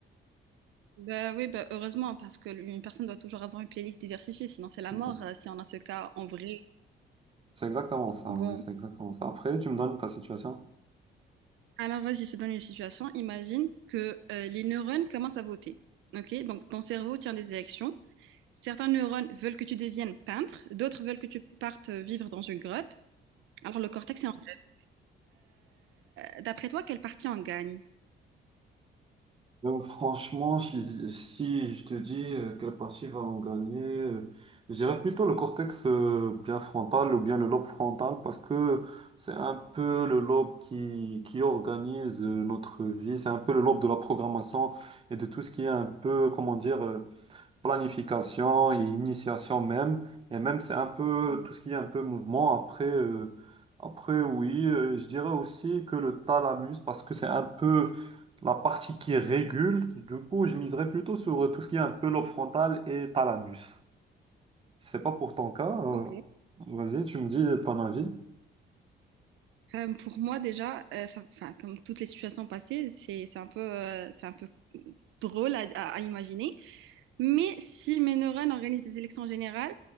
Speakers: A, on the right; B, on the right.
A: Bah oui, bah heureusement, parce que une personne doit toujours avoir une playlist diversifiée, sinon c'est
B: C'est
A: la mort
B: ça.
A: euh, si on a ce cas en vrai.
B: C'est exactement ça,
A: Bon,
B: oui, c'est exactement ça. Après, tu me donnes ta situation.
A: alors vas-y, je te donne une situation. Imagine que euh, les neurones commencent à voter. Ok, donc ton cerveau tient des élections. Certains neurones veulent que tu deviennes peintre, d'autres veulent que tu partes vivre dans une grotte. Alors, le cortex est en grève. Euh, d'après toi, quelle partie en gagne?
B: Euh, franchement, si, si je te dis euh, quelle partie va en gagner, euh, je dirais plutôt le cortex euh, bien frontal ou bien le lobe frontal parce que c'est un peu le lobe qui, qui organise euh, notre vie, c'est un peu le lobe de la programmation et de tout ce qui est un peu, comment dire, euh, planification et initiation même. Et même, c'est un peu
A: Ouais.
B: tout ce qui est un peu mouvement. Après, euh, après oui, euh, je dirais aussi que le thalamus, parce que c'est un peu la partie qui régule. Du coup, je miserais plutôt sur euh, tout ce qui est un peu lobe frontal et thalamus. C'est pas pour ton cas. euh,
A: Ok.
B: vas-y, tu me dis ton avis.
A: Euh, pour moi, déjà, euh, ça- enfin, comme toutes les situations passées, c'est c'est un peu, euh, c'est un peu drôle à, à- à imaginer. Mais si Ménorène organise des élections générales,